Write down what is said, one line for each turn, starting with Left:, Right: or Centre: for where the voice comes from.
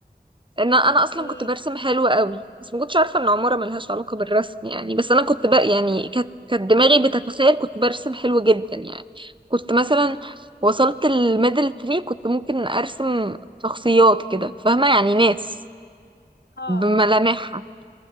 Right: ان انا
Left: اوكي
Right: اصلا كنت برسم حلو قوي بس ما كنتش عارفه ان عماره ملهاش علاقه بالرسم يعني بس انا كنت بقى يعني كانت كانت دماغي بتتخيل كنت برسم حلو جدا يعني كنت مثلا وصلت الميدل تري كنت ممكن ارسم شخصيات كده فاهمه يعني ناس
Left: اه
Right: بملامحها
Left: اه